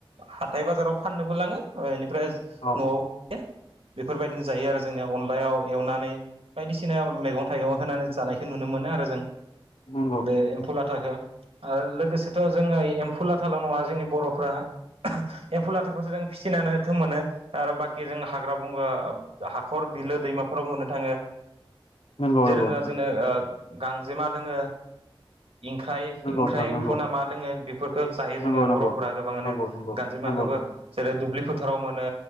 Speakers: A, on the right; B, on the left.
A: हाथाय बाजाराव फाननोबो लाङो फ्राय
B: औ
A: न'आव बेफोरबायदिनो जायो आरो जोंनिया अनलायाव एवनानै बायदिसिना मैगं थाइगं होनानै जानाय बखौ नुनो मोनो आरो जों
B: नंगौ
A: बे एम्फौ लाथाखो आरो लोगोसेथ' जोङो एम्फौ लाथाल' नङा जोंनि बर'फ्रा एम्फौ लाथाखौसो जों फिसिनानै थो मोनो आरो बाखि जों हाग्रा बंग्रा हाखर बिलो दैमाफोराव मोननो थाङो
B: नंगौ
A: जेरै
B: नंगौ नोंथां
A: जोंनो ओ गांजेमा दङो इंख्राय
B: नंगौ
A: इंख्राय
B: नोंथां नंगौ
A: एम्फौना मा दोङो बेफोरखौ जायो
B: नंगौ
A: जोङो
B: नंगौ
A: बर'फोरा गोबाङानो
B: नंगौ नंगौ
A: गानजेमाखौबो
B: नंगौ
A: जेरै दुब्लि फोथाराव मोनो